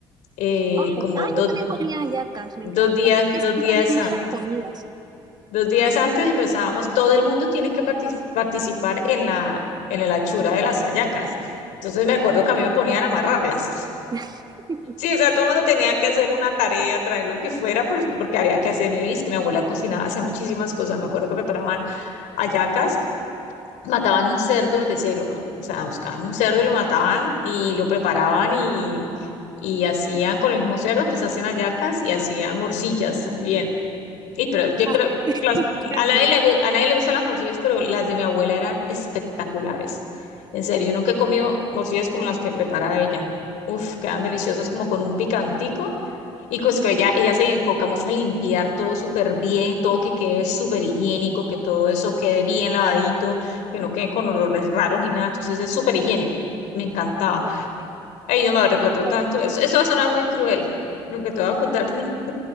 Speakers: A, on the left; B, on the right.
A: eh,
B: Ah,
A: como
B: yo
A: do-
B: también comía hallacas, me
A: dos
B: encantan.
A: días,
B: Es
A: dos
B: que siempre
A: días,
B: había muchas
A: an-
B: comidas.
A: dos días antes empezábamos, todo el mundo tiene que partic- participar en la, en la hechura de las hallacas. Entonces me acuerdo que a mí me ponían a amarrarlas.
B: <laughs>
A: Sí, o sea, todo el mundo tenía que hacer una tarea, traer lo que fuera, pues, porque había que hacer. Y es que mi abuela cocinaba, hacía muchísimas cosas. Me acuerdo que preparaban hallacas, mataban un cerdo desde cero, ¿no? O sea, buscaban un cerdo y lo mataban y lo preparaban y, y hacían con el mismo cerdo, pues hacían hallacas y hacían morcillas también. Y pero yo
B: Ay,
A: creo que las-
B: <laughs> qué
A: a
B: rico.
A: nadie le, gu- a nadie le gustan las morcillas, pero las de mi abuela eran espectaculares. En serio, yo nunca he comido morcillas como las que preparaba ella. Uf, quedan deliciosas como con un picantico. Y pues que ella, ella se enfoca mucho a limpiar todo súper bien, todo que quede súper higiénico, que todo eso quede bien lavadito, que no quede con olores raros ni nada. Entonces es súper higiénico. Me encantaba.
B: Ok.
A: Ay, no me recuerdo
B: para
A: tanto.
B: que
A: Eso, eso va a sonar
B: no-
A: muy cruel, lo que te voy a contar, <laughs>